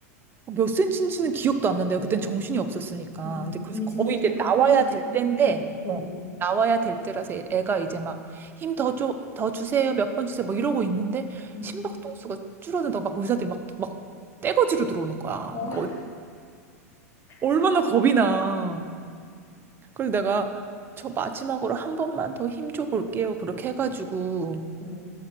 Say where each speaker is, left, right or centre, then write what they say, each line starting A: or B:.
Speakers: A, on the right; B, on the left.
A: 어, 몇 센치인지는 기억도 안 난대요. 그땐 정신이 없었으니까.
B: 어,
A: 근데 그래서
B: 이미
A: 거의
B: 진통 시작한
A: 이제 나와야
B: 꽤 시간.
A: 될 때인데,
B: 어, 어,
A: 어,
B: 어.
A: 나와야 될 때라서 애- 애가 이제 막 힘 더 줘, 더 주세요, 몇 번 주세요, 뭐 이러고 있는데
B: 음,
A: 심박동수가 줄어든다고 막 의사들이 막, 막 떼거지로 들어오는 거야.
B: 어,
A: 그러니까 어-
B: <laughs>
A: 얼마나
B: 청소.
A: 겁이 나. 그래서 내가 저 마지막으로 한 번만 더 힘줘 볼게요. 그렇게 해가지고
B: 어.